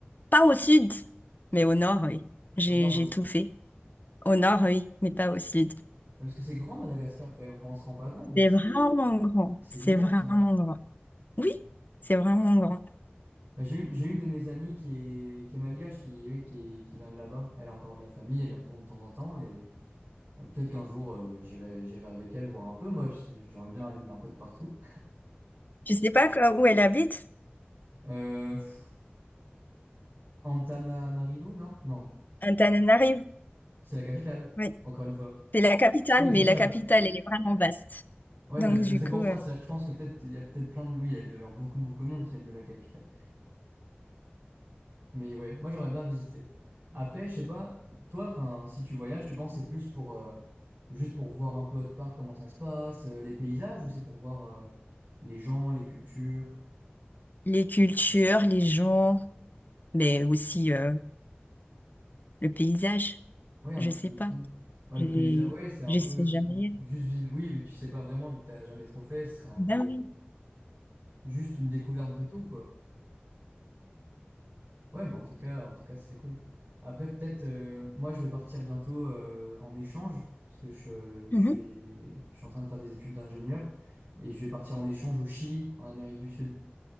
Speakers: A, on the left (about 50°); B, on the right (about 50°).
A: pas au sud, mais au nord, oui. J'ai,
B: Au nord,
A: j'ai
B: oui.
A: tout fait. Au nord, oui, mais pas au sud.
B: Parce que c'est grand Madagascar quand même, enfin, on se rend pas compte, mais
A: C'est
B: c'est,
A: vraiment grand.
B: c'est
A: C'est
B: immense,
A: vraiment
B: hein.
A: grand. Oui, c'est vraiment grand.
B: Bah, j'ai une, j'ai une de mes amies qui est, qui est malgache, qui, oui, qui, est- qui vient de là-bas. Elle a encore de la famille, elle y retourne de temps en temps et euh, peut-être qu'un jour, euh, j'irai, j'irai avec elle voir un peu. Moi, je- j'aimerais bien aller un peu de partout.
A: Je sais pas quoi- où elle habite,
B: Euh, pff, Antananarivo, non? Non.
A: Antananarive.
B: C'est la capitale,
A: Oui.
B: encore une fois.
A: C'est la capitale,
B: Oui, c'est
A: mais
B: ça.
A: la capitale, elle est vraiment vaste.
B: Ouais,
A: Donc,
B: bah, je- bah,
A: du
B: c'est
A: coup,
B: pour
A: euh,
B: ça. C'est-à-dire que je pense que peut-être il y a peut-être plein de. Oui, il doit y avoir beaucoup, beaucoup de monde qui viennent de la capitale. Mais ouais, moi j'aimerais bien visiter. Après, je sais pas, toi, enfin, si tu voyages, tu penses que c'est plus pour euh, juste pour voir un peu autre part comment ça se passe, euh, les paysages, ou c'est pour voir euh, les gens, les cultures?
A: les cultures, les gens, mais aussi euh, le paysage,
B: Oui, un
A: je
B: petit
A: sais
B: peu
A: pas.
B: de tout. Bah, le
A: J'ai-
B: paysage, ouais, c'est un
A: Je
B: peu
A: sais
B: c'est
A: jamais.
B: ju- juste vivre. Oui, vu que tu sais pas vraiment, vu que t'as jamais trop fait, ce serait un
A: Ben
B: peu.
A: oui.
B: juste une découverte de tout, quoi. Ouais, bah en tout cas, en tout cas, ce serait cool. Après, peut-être, euh, moi, je vais partir bientôt euh, en échange, parce que je, euh, je
A: Mhm.
B: suis, je suis en train de faire des études d'ingénieur, et je vais partir en échange au Chili, en Amérique du Sud.